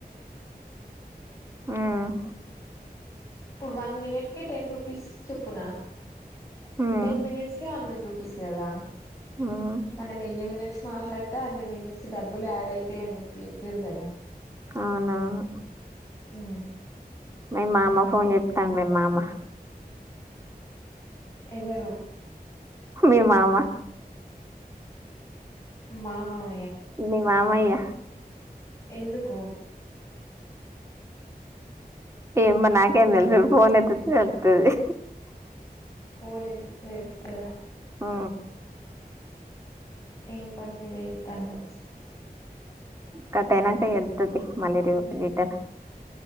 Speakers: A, on the right (about 15°); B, on the left (about 20°).
A: హమ్
B: ఇప్పుడు వన్ మినిట్ టెన్ రూపీస్ చొప్పునా
A: ఉమ్
B: టెన్ మనిట్స్ క అన్న రూపీస్ కదా
A: ఉమ్
B: మనం ఎన్ని మినిట్స్ మాట్లాడితే అన్ని మినిట్స్ డబ్బు యాడ్ అయితాయియని చెప్పి చెప్పారు కదా
A: అవునవును
B: హమ్
A: మీ మామ ఫోన్ చెప్స్తాం మీ మామ
B: ఎవరు
A: మీ మామ
B: మా మామ
A: మీ మామయ్య
B: ఎందుకు
A: ఏమో నాకేం తెలుసు ఫోన్ ఎత్తుతే తెలుత్తది.
B: ఫోన్ ఎత్తి తే తే
A: ఉ
B: ఏం పని మీద ఎత్తాండు.
A: కట్టెయనాంక ఎత్తుద్ది మళ్ళి <unintelligible>